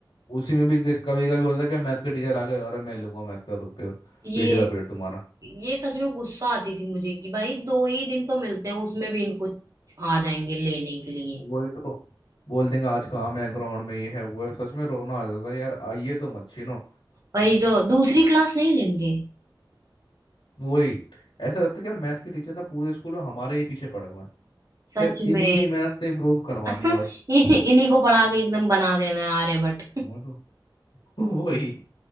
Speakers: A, on the left (about 80°); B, on the right (about 45°).
A: उसी में भी किस कभी कभी होता था कि मैथ के टीचर आ गए अरे मैं लूंगा मैथ का तुम पे पीटी
B: ये
A: का पीरियड तुम्हारा
B: ये सच में गुस्सा आती थी मुझे कि भाई दो ही दिन तो मिलते हैं उसमें भी इनको आ जाएंगे लेने के लिए
A: वही तो बोल देंगे आज काम है ग्राउंड में ये है वो है सच में रोना आ जाता है यार आइए तुम अच्छी नो
B: भाई तो दूसरी क्लास नहीं लेंगे
A: वही ऐसा लगता है कि यार मैथ के टीचर ना पूरे स्कूल में हमारे ही पीछे पड़े हुए हैं
B: सच
A: कि यार इन्हीं
B: में
A: की मैथ इम्प्रूव करवानी
B: <laughs>
A: है बस
B: इन्हीं को पढ़ा के एकदम बना देना है आर्यभट्ट
A: वो तो <laughs> वही